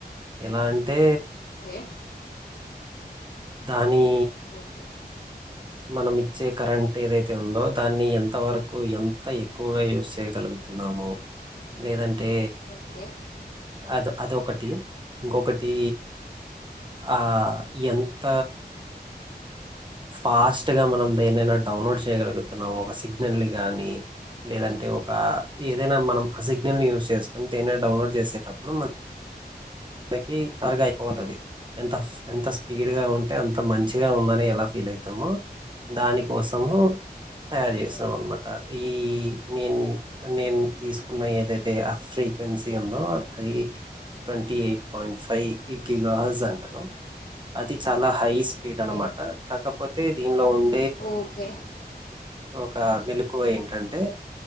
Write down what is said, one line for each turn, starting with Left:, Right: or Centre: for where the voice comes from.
Right: ఎలా అంటే
Left: ఓకే
Right: దాని
Left: ఓకే.
Right: మనం ఇచ్చే కరెంట్ ఏదైతే ఉందో దాన్ని ఎంతవరకు ఎంత ఎక్కువగా యూస్ చేయగలుగుతున్నామో లేదంటే
Left: ఓకే
Right: అద అదొకటి ఇంకొకటి ఆ ఎంత ఫాస్ట్గా మనం దేనైనా డౌన్లోడ్ చేయగలుగుతున్నాం ఒక సిగ్నల్ని కానీ లేదంటే ఒక ఏదైనా మనం ఆ సిగ్నల్ని యూస్ చేసుకొని దేనైనా డౌన్లోడ్ చేసేటప్పుడు మన మనకి త్వరగా అయిపోవాలి
Left: ఓకే.
Right: అది ఎంత ఎంత స్పీడ్ గా ఉంటే అంత మంచిగా ఉందని ఎలా ఫీల్ అవుతామో దాని కోసము తయారు
Left: ఓకే.
Right: చేసాం అనమాట ఈ నేను నేను తీసుకున్న ఏదైతే ఆ ఫ్రీక్వెన్సీ ఉందో అది ట్వంటీ ఎయి పాయింట్ ఫైవ్ ఇగ్గిగాజ్ అంటారు అది చాలా హైస్పీడ్
Left: ఓకే.
Right: అనమాట కాక పోతే దీనిలో ఉన్
Left: ఓకే
Right: ఒక మెలుకువ ఏంటంటే